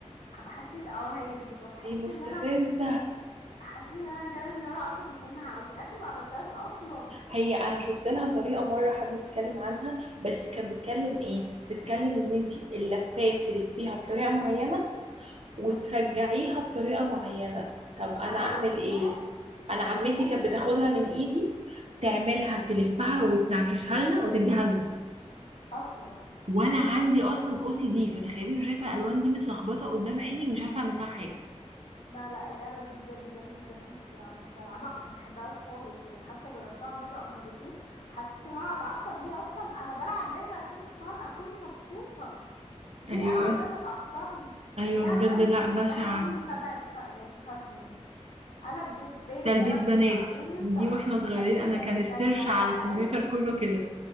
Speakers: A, on the left (about 70°); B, on the right (about 60°).
A: حسيت اه هي دي بالظبط حسيت
B: دي مستفزه
A: ان انا حسيت ان انا جالي انهيار عصبي منها وفي الاخر ما عملتهاش اصلا
B: هي انا شفت لها طريقه مره حد بيتكلم عنها بس كانت بتكلم ايه بتكلم ان انت اللفات تلفيها بطريقه معينه وترجعيها
A: مم.
B: بطريقه معينه طب انا
A: انا
B: اعمل
A: انا
B: ايه
A: سمعت
B: انا عمتي
A: انا سمعت
B: كانت
A: ان
B: بتاخدها من ايدي تعملها تلفها وتنعكشها لنا وتديها لنا
A: اصلا
B: وانا عندي اصلا او سي دي فتخيلي انا شايفه الالوان دي متلخبطه قدام عيني ومش عارفه اعمل لها حاجه
A: لا لا اللعبة دي بجد جلد الذات مش مش بلعبها ما بحبهاش خالص يعني حتى جربتها مرة او مرتين حسيت ان انا هتعصب ليه اصلا انا بلعب لعبة عشان فان اكون مبسوطة ليه
B: ايوه
A: العب لعبة تعصبني
B: ايوه
A: اللعبة
B: بجد
A: اللي
B: لا
A: بحبها
B: بشعه
A: قوي اللي تبع الف... الفاشون البس بنت
B: تلبيس
A: البس
B: بنات
A: عروس
B: دي
A: أ-
B: واحنا صغيرين
A: تلبيس
B: انا
A: بن...
B: كان السيرش
A: دايما العاب
B: على الكمبيوتر كله كده